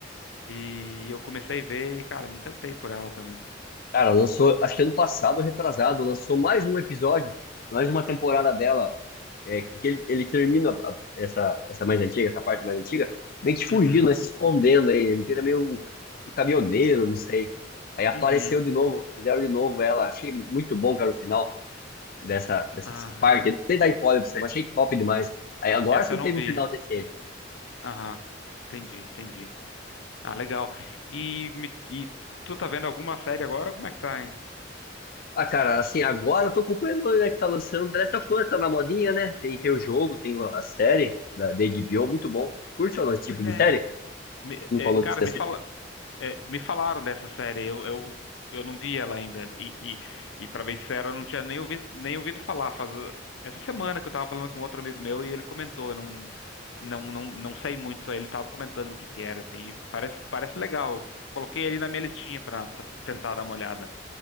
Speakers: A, on the left; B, on the left.
A: E eu comecei a ver e, cara, me encantei por ela também.
B: Cara, lançou. Acho que ano passado, retrasado, lançou mais um episódio, mais uma temporada dela. É, porque ele, ele termina a- essa, essa mais antiga, essa parte mais antiga, meio que fugindo,
A: Uhum,
B: né, se escondendo aí. Ele vira meio um, um caminhoneiro, não sei. Aí apareceu
A: uhum.
B: de novo, fizeram de novo ela. Achei muito bom, cara, o final. dessa, dessas
A: Ah,
B: partes.
A: essa,
B: Não sei dar
A: é-
B: spoiler pra você, mas achei top demais. Aí agora
A: essa
B: sim
A: eu não
B: teve
A: vi.
B: um final decente.
A: Aham, entendi, entendi. Ah, legal. E, me- e tu tá vendo alguma série agora? Como é que tá,
B: Ah, cara, assim, agora eu tô acompanhando, né, que tá lançando The Last of Us, tá na modinha, né? Tem, tem o jogo, tem a série da, da HBO, muito bom. Curte ou não esse tipo
A: Pois
B: de
A: é.
B: série?
A: Me-
B: Não
A: é,
B: falou
A: cara,
B: desse
A: me
B: assunto.
A: fala, é, me falaram dessa série. Eu, eu, eu não vi ela ainda. E, e, e para bem sincero, eu não tinha nem ouvido, nem ouvido falar. Faz essa semana que eu tava falando com outro amigo meu e ele comentou. Eu não, não, não, não sei muito. Só ele tava comentando o que que era, assim. Parece, parece legal. Coloquei ele na minha listinha pra t- tentar dar uma olhada.